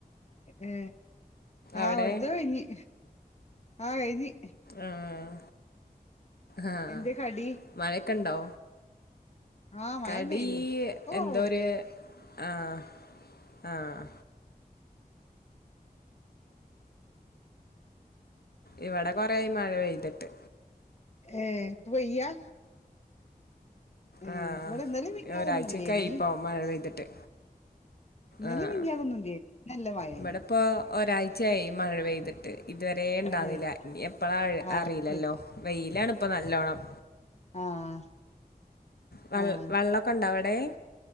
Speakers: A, on the left; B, on the left.
A: ഏ ആ
B: അവിടെ
A: ഇവിടുത്തെ കഴിഞ്ഞ് ആഹ് കഴിഞ്ഞ്
B: ആഹ് ആഹ്
A: എന്തേ കടി
B: മഴയൊക്കെ ഉണ്ടോ
A: ആ മഴന്നേനി
B: കടി
A: ഇപ്പൊ കൊറവ്ണ്ട്
B: എന്തോ ഒരു ആഹ് ആഹ് ഇവിടെ കൊറെ ആയി മഴ പെയ്തിട്ട്
A: ഏ ഇപ്പം പെയ്യാ ഏ
B: ആഹ്
A: ഇവടെ ഇന്നലിം മിഞ്ഞാന്നൊന്നുല്ലേനി
B: ഒരാഴ്ചക്കായി ഇപ്പോ മഴ പെയ്തിട്ട്
A: ഇന്നലിം
B: ആഹ്
A: മിഞ്ഞാന്നൊന്നുല്ലേനി ഇന്ന് നല്ല മഴേനി
B: ഇവിടെപ്പോ ഒരാഴ്ചയായി മഴ പെയ്തിട്ട് ഇതുവരെ ഉണ്ടാവുന്നില്ല
A: ഏ
B: ഇനി എപ്പോഴ
A: ആഹ്
B: അറിയില്ലല്ലോ
A: ശരി
B: വെയിലാണ് ഇപ്പൾ നല്ലോണം
A: ആഹ്
B: വ
A: ആഹ്
B: വെള്ളൊക്കെ ഉണ്ടോ അവിടെ